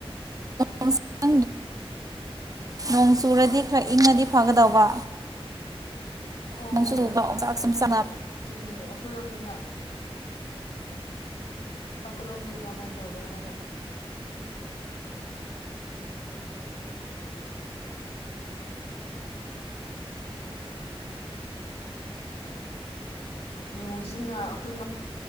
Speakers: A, on the right; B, on the left.
A: ꯍ ꯅꯣꯡ ꯆꯨꯔꯗꯤ ꯈꯔ ꯏꯪꯉꯗꯤ ꯐꯒꯗꯧꯕ
B: ꯑꯣ
A: ꯅꯣꯡꯁꯨ ꯆꯨꯕ
B: ꯑꯗꯨꯅꯦ
A: ꯑꯣꯝꯆꯥꯛ ꯁꯨꯝ ꯆꯥꯛꯅ
B: ꯑꯩꯈꯣꯏꯔꯣꯝꯗꯅ ꯑꯈꯝꯗꯔ ꯀꯃꯥꯏ ꯇꯕꯔꯒ ꯅꯣꯡꯁꯤꯅ ꯑꯩꯈꯣꯏ